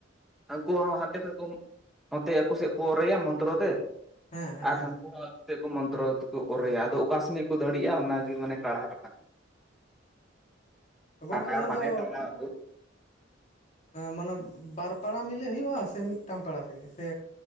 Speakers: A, in the centre; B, on the left.
A: ᱩᱱᱠᱩ ᱦᱚᱸ ᱦᱟᱱᱛᱮ ᱠᱷᱚᱡ ᱠᱚ ᱱᱚᱛᱮ ᱟᱠᱚ ᱥᱮᱫ ᱠᱚ ᱚᱨᱮᱭᱟ ᱢᱚᱱᱛᱨᱚ ᱛᱮ
B: ᱦᱮᱸ ᱦᱮᱸ
A: ᱟᱨ
B: ᱦᱮᱸ
A: ᱦᱟᱱᱠᱩ ᱦᱚ ᱫᱮᱠᱚ ᱢᱚᱱᱛᱨᱚ ᱛᱮᱠᱚ ᱚᱨᱮᱭᱟ ᱟᱫᱚ ᱚᱠᱟᱥᱱᱤᱡ ᱠᱚ ᱫᱟᱹᱲᱮᱜᱼᱟ ᱚᱱᱟᱜᱮ ᱢᱟᱱᱮ ᱠᱟᱬᱦᱟ ᱨᱟᱠᱟ
B: ᱜᱚᱝᱠᱮ
A: ᱴᱟᱱᱟᱣ
B: ᱚᱱᱟ
A: ᱢᱟᱱᱮ
B: ᱫᱚ
A: ᱴᱟᱱᱟᱣ ᱟᱠᱚ
B: ᱢᱟᱱᱮ ᱵᱟᱨᱯᱟᱲᱟ ᱢᱤᱞᱤ ᱦᱩᱭᱩᱜᱼᱟ ᱥᱮ ᱢᱤᱫᱴᱟᱝ ᱯᱟᱲᱟ ᱛᱮᱜᱮ ᱥᱮ